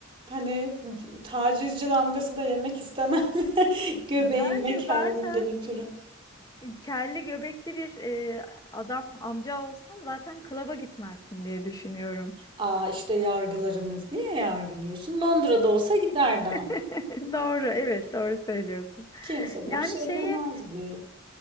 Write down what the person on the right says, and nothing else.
Hani tacizci damgası da yemek istemem. <laughs> Göbeğim
ve kelliğimden
ötürü.
Aa işte yargılarımız. Niye yargılıyorsun? Londra'da olsa giderdi
Kimse de
bir şey
demezdi.